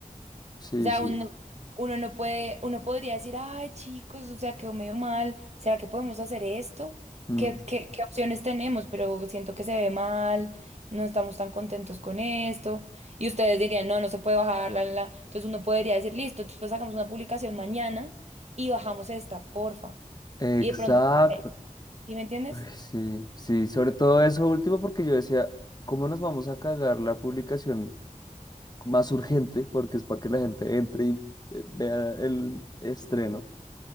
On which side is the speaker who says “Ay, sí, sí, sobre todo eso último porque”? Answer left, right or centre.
Left